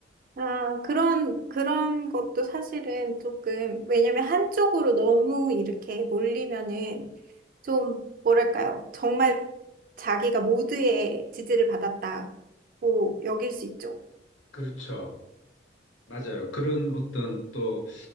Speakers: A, on the right; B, on the left.
A: 아, 그런, 그런 것도 사실은 조금, 왜냐면 한쪽으로 너무 이렇게 몰리면은 좀, 뭐랄까요. 정말 자기가 모두의 지지를 받았다고 여길 수 있죠.
B: 그렇죠. 맞아요. 그런 어떤 또